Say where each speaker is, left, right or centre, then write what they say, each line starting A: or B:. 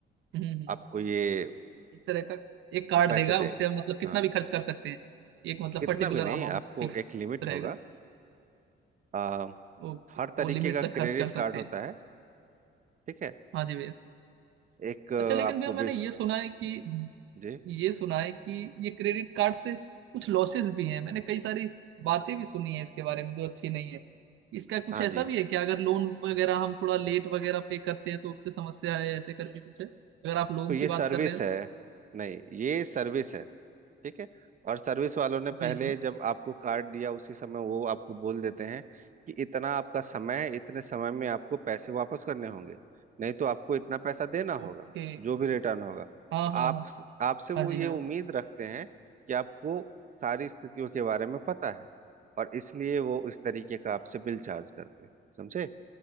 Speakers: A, on the right; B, on the right.
A: हम्म हम्म
B: आपको ये
A: एक तरह का एक कार्ड
B: पैसे
A: देगा
B: देगा
A: उससे हम मतलब कितना
B: हाँ।
A: भी खर्च कर सकते हैं एक मतलब
B: इतना
A: पर्टिकुलर
B: भी नहीं
A: अमाउंट
B: आपको
A: फिक्स
B: एक लिमिट
A: रहेगा
B: होगा आ,
A: ओके
B: हर तरीके
A: वो लिमिट
B: का
A: तक
B: क्रेडिट
A: खर्च कर सकते
B: कार्ड होता
A: हैं
B: है ठीक है
A: हाँ जी भैया
B: एक अ,
A: अच्छा लेकिन
B: आपको
A: भैया मैंने
B: भी
A: ये सुना है कि हम्म,
B: जी
A: ये सुना है कि ये क्रेडिट कार्ड से कुछ लॉसेस भी हैं मैंने कई सारी बातें भी सुनी है इसके बारे में जो अच्छी नहीं है इसका कुछ
B: हाँ
A: ऐसा
B: जी
A: भी है कि अगर लोन वगैरह हम थोड़ा लेट वगैरह पे करते हैं तो उससे समस्या है ऐसे करके कुछ है अगर आप लोन
B: तो ये
A: की बात
B: सर्विस
A: कर रहे हैं तो
B: है नहीं ये सर्विस है ठीक है और सर्विस वालों ने पहले
A: जी जी
B: जब आपको कार्ड दिया उसी समय वो आपको बोल देते हैं कि इतना आपका समय है इतने समय में आपको पैसे वापस करने होंगे नहीं तो आपको इतना पैसा देना
A: ओके
B: होगा जो भी रिटर्न होगा तो
A: हाँ हाँ
B: आप
A: हाँ
B: आपसे वो
A: हाँ जी
B: ये
A: हाँ
B: उम्मीद रखते हैं कि आपको सारी स्थितियों के बारे में पता है और इसलिए वो इस तरीके का आपसे बिल चार्ज करते हैं समझे